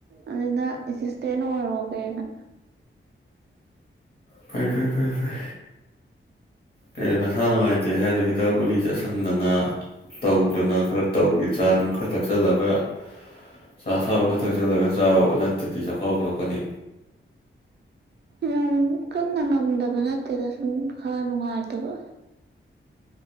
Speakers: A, on the right (about 55°); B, on the left (about 45°).
A: ꯑꯗꯨꯅ ꯑꯦꯁꯤꯁꯇꯦꯟ ꯑꯣꯏꯔꯨꯔꯒꯦꯅ
B: ꯐꯩ ꯐꯩ ꯐꯩ ꯐꯩ ꯀꯩꯅꯣ ꯅꯁꯥ ꯅꯨꯡꯉꯥꯏꯇꯦ ꯍꯥꯏꯗꯣ ꯍꯤꯗꯥꯛ ꯒꯨꯂꯤ ꯆꯥꯁꯟꯗꯅ ꯇꯧꯗꯅ ꯈꯔ ꯇꯧꯒ ꯆꯥ ꯅꯨꯡ ꯈꯔ ꯊꯛꯆꯜꯂꯒ ꯆꯥ ꯑꯁꯕ ꯈꯔ ꯊꯛꯆꯜꯂꯒ ꯆꯥꯎ ꯇꯠꯗꯤ ꯆꯥꯛꯈꯥꯎ ꯁꯣꯛꯀꯅꯤ
A: ꯌꯥꯝ ꯀꯟꯅ ꯉꯝꯗꯕ ꯅꯠꯇꯦꯗ ꯁꯨꯝ ꯈꯔ ꯅꯨꯡꯉꯥꯏꯇꯕ